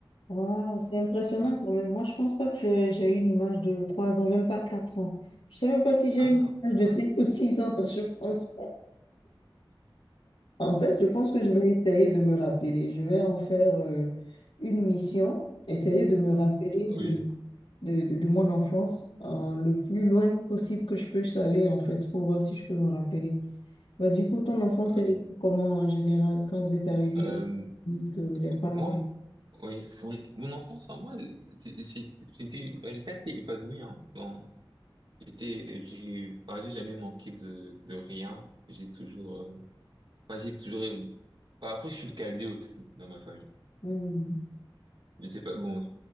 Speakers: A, on the left; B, on the right.
A: Waouh! C'est impressionnant
B: Ouais.
A: quand même. Moi, je pense pas que j'ai j'ai une image de 3 ans, même pas 4 ans. Je sais même pas si j'ai
B: Ah,
A: une image de
B: ah,
A: 5 ou 6 ans, <laughs> je pense. En fait, je pense que je vais essayer de me rappeler. Je vais en faire euh, une mission, essayer de me rappeler
B: oui,
A: de, de, de, de mon enfance euh, le plus loin possible que je peux aller, en fait, pour voir si je peux me rappeler. Bah, du coup, ton enfance, elle
B: oui.
A: était comment en général quand vous êtes arrivé
B: Euh,
A: que les parents?
B: moi, m- oui, mon, mon enfance, en moi, elle- c'est- c'est- j'étais, ouais, j'étais assez épanoui, hein. Bon, j'étais, j'ai, enfin, j'ai jamais manqué de, de rien. J'ai toujours euh, Enfin, j'ai toujours... Enfin, après, je suis le cadet aussi dans ma famille.
A: Hmm.
B: Je sais pas, bon,